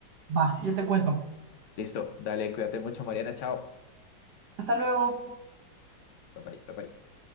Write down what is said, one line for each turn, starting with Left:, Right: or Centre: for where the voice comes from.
Right: Va, yo te cuento.
Left: Listo, dale, cuídate mucho, Mariana, chao.
Right: Hasta luego.
Left: Bye bye, bye bye.